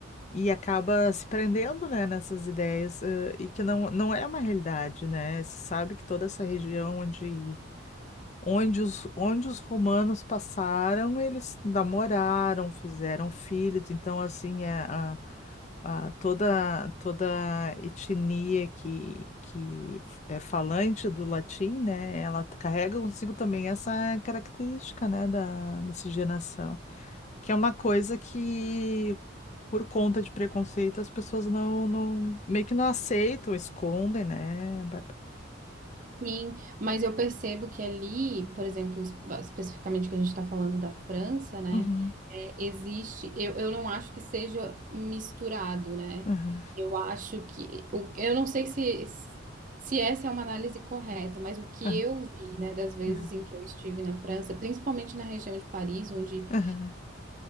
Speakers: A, on the left (about 35°); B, on the right (about 40°).
A: e acaba se prendendo, né, nessas ideias, eh, e que não, não é uma realidade, né? Se sabe que toda essa região onde Onde os, onde os romanos passaram, eles namoraram, fizeram filhos. Então, assim, é a, a- toda, toda etnia que, que é falante do latim, né? Ela carrega consigo também essa característica, né, da miscigenação, que é uma coisa que, por conta de preconceito, as pessoas não, não meio que não aceitam, escondem, né? Bárbara?
B: Sim, mas eu percebo que ali, por exemplo, es- especificamente que a gente está falando da França, né?
A: Uhum,
B: é, existe, eu, eu não acho que seja misturado, né?
A: uhum,
B: Eu acho que, o- eu não sei se, se essa é uma análise correta, mas o que
A: uhum,
B: eu vi, né, das vezes
A: uhum,
B: em que eu estive na França, principalmente na região de Paris, onde
A: uhum,